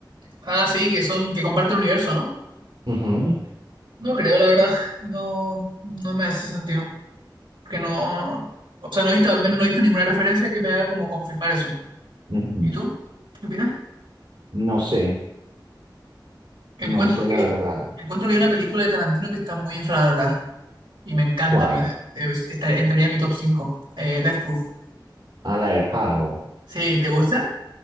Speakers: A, on the right; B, on the right.
A: Ah, sí, que son, que comparten universo, ¿no?
B: Ujú,
A: No creo, la verdad. No, no me hace sentido. Porque no, o sea, no he visto, al menos no he visto ninguna referencia que me haga como confirmar eso.
B: ujú.
A: ¿Y tú? ¿Qué opinas?
B: No sé,
A: Encuentro
B: no sé
A: que,
B: la verdad.
A: encuentro que hay una película de Tarantino que está muy infravalorada. Y me encanta
B: ¿Cuál?
A: a mí. de- de- esta- entraría en mi top cinco, Eh, Death Proof.
B: A la del carro.
A: Sí, ¿te gusta?